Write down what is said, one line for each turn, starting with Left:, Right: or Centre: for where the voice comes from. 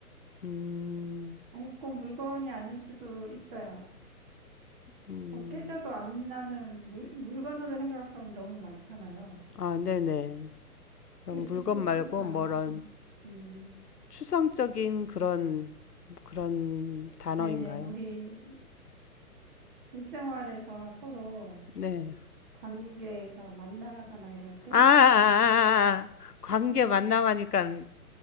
Left: 음,
Right: 아니, 꼭 물건이 아닐 수도 있어요.
Left: 음.
Right: 뭐 깨져도 안 나는 물, 물건으로 생각하면 너무 많잖아요.
Left: 아, 네네. 그럼
Right: 깨질
Left: 물건
Right: 때
Left: 말고
Right: 소리가
Left: 뭐런
Right: 안 날 수. 음,
Left: 추상적인 그런 그런 단어인가요?
Right: 네네. 우리 스- 일생활에서 서로
Left: 네.
Right: 관계에서 만나거나 이럴 때,
Left: 아, 아, 아, 아. 아. 관계 만남하니까